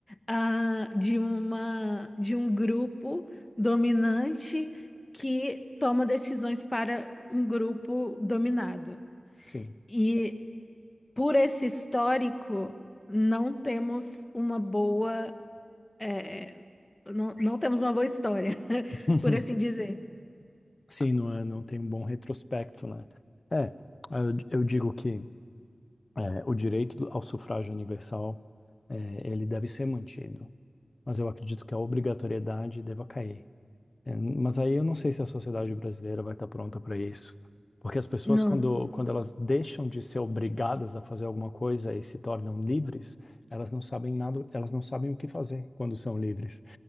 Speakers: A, on the left; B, on the left.
A: ah, de uma de um grupo dominante que toma decisões para um grupo dominado.
B: sim.
A: E por esse histórico, não temos uma boa eh, não, não temos uma boa história, <laughs>
B: <laughs>
A: por assim dizer.
B: Sim, não é, não tem um bom retrospecto, né? É, eu, eu digo que É, o direito do- ao sufrágio universal, é, ele deve ser mantido, mas eu acredito que a obrigatoriedade deva cair. É, mas aí eu não sei se a sociedade brasileira vai estar pronta para isso, porque as pessoas
A: Não,
B: quando, quando elas deixam de ser obrigadas a fazer alguma coisa e se tornam livres, elas não sabem nada, elas não sabem o que fazer quando são livres.